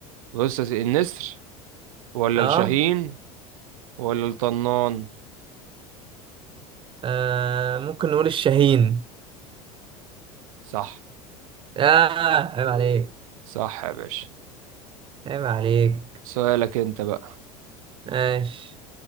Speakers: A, on the right; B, on the right.
A: بص يا سيدي، النسر ولا
B: اه
A: الشاهين ولا الطنان
B: آه، ممكن نقول الشاهين
A: صح
B: اه عيب عليك
A: صح يا باشا
B: عيب عليك
A: سؤالك أنت بقى
B: ماشي